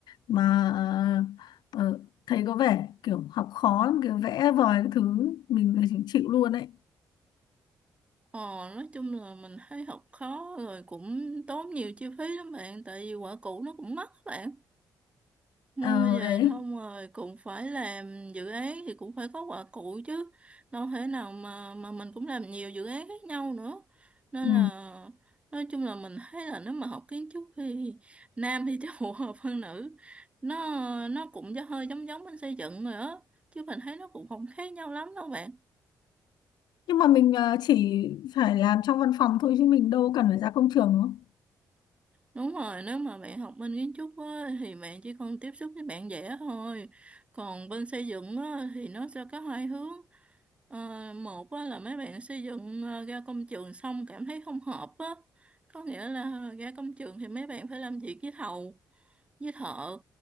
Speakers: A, on the left; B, on the right.
A: mà ờ, ờ, thấy có vẻ kiểu học khó lắm kiểu vẽ vời cái thứ mình là chỉ chịu luôn đấy
B: ờ nói chung là mình thấy học khó rồi cũng tốn nhiều chi phí lắm bạn tại vì quả cũ nó cũng mắc bạn mua
A: ờ
B: về
A: đấy
B: không rồi cũng phải làm dự án thì cũng phải có quả cụ chứ đâu thể nào mà mà mình cũng làm nhiều dự án khác nhau nữa nên
A: ừ.
B: là nói chung là mình thấy là nếu mà học kiến trúc thì nam thì <laughs> chắc phù hợp hơn nữ nó nó cũng hơi giống giống bên xây dựng rồi á chứ mình thấy nó cũng không khác nhau lắm đâu bạn
A: nhưng mà mình ờ, chỉ phải làm trong văn phòng thôi chứ mình đâu cần phải ra công trường đúng không
B: Đúng rồi, nếu mà bạn học bên kiến trúc á, thì bạn chỉ cần tiếp xúc với bạn vẽ thôi. Còn bên xây dựng á, thì nó sẽ có hai hướng. Ờ, một á, là mấy bạn xây dựng ờ, ra công trường xong cảm thấy không hợp á. Có nghĩa là ra công trường thì mấy bạn phải làm việc với thầu, với thợ.